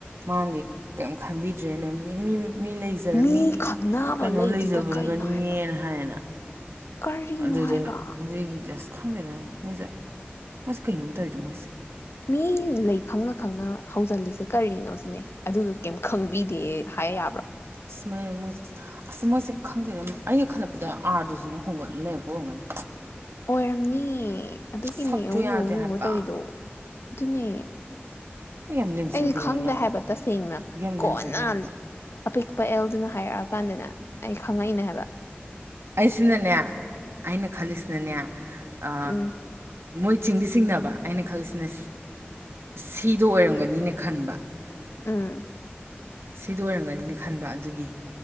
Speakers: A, on the right (about 75°); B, on the left (about 75°).
A: ꯃꯥꯅꯗꯤ ꯀꯩꯝ ꯈꯟꯕꯤꯗ꯭ꯔꯦꯅ ꯃꯤ ꯃꯤ ꯃꯤ ꯂꯩꯖꯔ
B: ꯃꯤ
A: ꯃꯤꯒꯤ
B: ꯈꯪꯅꯕ
A: ꯀꯩꯅꯣ
B: ꯂꯩꯗꯨꯗ
A: ꯂꯩꯖꯔꯝꯒꯅꯤꯌꯦꯅ
B: ꯀꯩꯅꯣ ꯍꯥꯏꯕ
A: ꯍꯥꯏꯌꯦꯅ
B: ꯀꯔꯤꯅꯣ
A: ꯑꯗꯨꯗ
B: ꯍꯥꯏꯕ
A: ꯑꯗꯨꯒꯤ <unintelligible> ꯈꯪꯗꯦꯗ ꯃꯣꯏꯍꯦ ꯃꯣꯏꯖꯦ ꯀꯩꯅꯣꯝ ꯇꯧꯋꯤꯗ ꯃꯣꯏꯁꯦ
B: ꯃꯤ ꯂꯩ ꯈꯪꯅ ꯈꯪꯅ ꯍꯧꯖꯜꯂꯤꯁꯦ ꯀꯔꯤꯅꯣ ꯁꯤꯅꯦ ꯑꯗꯨꯒ ꯀꯩꯝ ꯈꯪꯕꯤꯗꯦ ꯍꯥꯏ ꯌꯥꯕ꯭ꯔꯥ
A: ꯑꯁꯃꯥꯏ ꯃꯣꯏꯁꯦ ꯑꯁ ꯑꯁ ꯃꯣꯏꯁꯦ ꯈꯪꯗꯦꯅ ꯑꯩꯅ ꯈꯜꯂꯛꯄꯗ ꯑꯥꯔꯗꯨꯁꯨꯅꯦ ꯍꯣꯡꯒꯠꯂ ꯂꯩꯔꯛꯄ ꯑꯣꯏꯔꯒꯅꯤ
B: ꯑꯣꯏꯔꯝꯅꯤꯌꯦ ꯑꯗꯨꯒꯤꯅꯦ
A: ꯁꯛꯁꯨ
B: ꯑꯎ
A: ꯌꯥꯗꯦ
B: ꯑꯎꯕ
A: ꯍꯥꯏꯕ
B: ꯇꯧꯋꯤꯗꯣ ꯑꯗꯨꯅꯦ
A: ꯌꯥꯝ ꯂꯦꯝꯖꯗ꯭ꯔꯣ
B: ꯑꯩꯗꯤ ꯈꯪꯗꯦ
A: ꯌꯥꯝ
B: ꯍꯥꯏꯕ ꯇꯁꯦꯡꯅ
A: ꯌꯥꯝ
B: ꯀꯣꯟꯅ
A: ꯂꯦꯝꯖꯗꯦ ꯍꯥꯏꯕ
B: ꯑꯄꯤꯛꯄ ꯑꯦꯜꯗꯨꯅ ꯍꯥꯏꯔꯛꯑꯀꯥꯟꯗꯅꯦ ꯑꯩ ꯈꯪꯉꯛꯏꯅꯦ ꯍꯥꯏꯕ
A: ꯑꯩꯁꯤꯅꯅꯦ ꯑꯩꯅ ꯈꯜꯂꯤꯁꯤꯅꯅꯦ ꯑ
B: ꯎꯝ
A: ꯃꯣꯏ ꯆꯤꯡꯗꯤ ꯆꯤꯡꯅꯕ ꯑꯩꯅ ꯈꯜꯂꯤꯁꯤꯅ ꯁꯤꯗꯣ ꯑꯣꯏꯔꯝꯒꯅꯤꯅ ꯈꯟꯕ
B: ꯑꯝ
A: ꯁꯤꯗ ꯑꯣꯏꯔꯝꯒꯅꯤꯅ ꯈꯟꯕ ꯑꯗꯨꯒꯤ